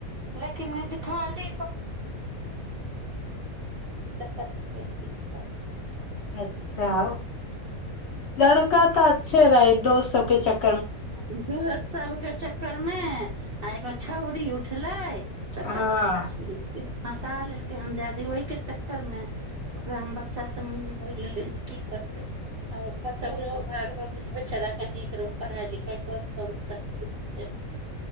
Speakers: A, on the right; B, on the left.
A: लेकिनीह चक प
B: अच्छा लड़का तऽ अच्छे रहै दोस्त सब के चक्
A: दोस सबके चक्कर करने म आ एगो छौउरी उठले तकरा
B: हँ
A: फसा द हँसा लेलके हरमजाादी ओहि के चक्कर में ओकरा हम बच्चा सबड़ लेले जे की करबे कतौ रहो भाग भविष्य बचारा के नीक रहो पढ़ाई लिख क कर क छै